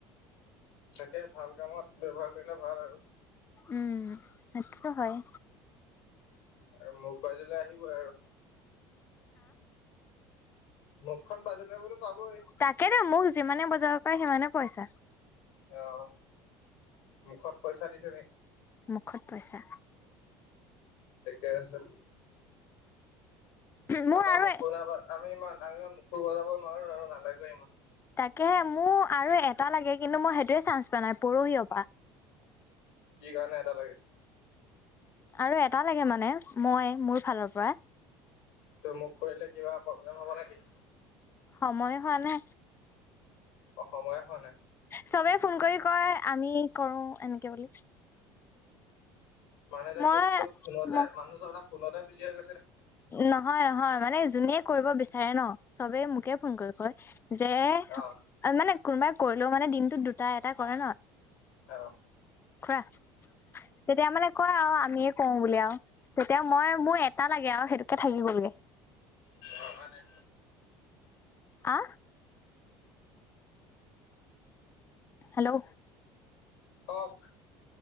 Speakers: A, on the left (about 80°); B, on the left (about 25°).
A: তাকে ভাল কামত ব্যৱহাৰ কৰিলে ভাল আৰু
B: উম সত্ৰ হয়।
A: আৰু মোৰ পাইজলৈ আহিবই আৰু। মুখখন বাজিলে বোলো পাবই
B: তাকে দে মোক যিমানে বজা। পাই সিমানে পইচা।
A: অ' মুখত পইচা দি। <inaudible>
B: মুখত পইচা।
A: ঠিকে আছে
B: মোৰ
A: আমাৰ
B: আৰু
A: মুখখন এবাৰ আমি ইমান আমি ইমান মুখো বজাব নোৱাৰো আৰু নালাগে ইমান
B: তে মোৰ আৰু এটা লাগে কিন্তু মই সেইটোৱে চানছ পোৱা নাই পৰিয়ালৰ পা
A: কি কাৰণে এটা লাগে
B: আৰু এটা লাগে মানে মই মোৰ ফালৰ পৰা
A: ত মোক কৰিলে কিবা প্ৰব্লেম হব নেকি
B: সময় হোৱা নে
A: অ সময়ে হোৱা নাই
B: চবে ফোন কৰি কয় আমি কৰো এনেকে বুলি
A: মানুহ এটাই
B: মই
A: কি চব ফুনতে
B: ম
A: মানুহ চবটা ফোনতে বিজি আছ
B: নহয় নহয় মানে যোনে কৰিব বিচাৰে ন চবে মোকে ফোন কৰি কয় যে
A: অ
B: মানে কোনোবা কৰিলেও মানে দিনটোত দুটা এটা কৰে ন
A: অ
B: খোৱা তেতিয়া মানে কয় আৰু আমিয়ে কও বুলি আৰু তেতিয়া মই মোৰ এ য়া আও সেইটোকে থাকি গ'লগে
A: অ অহানাই
B: আ হেল্ল'
A: কক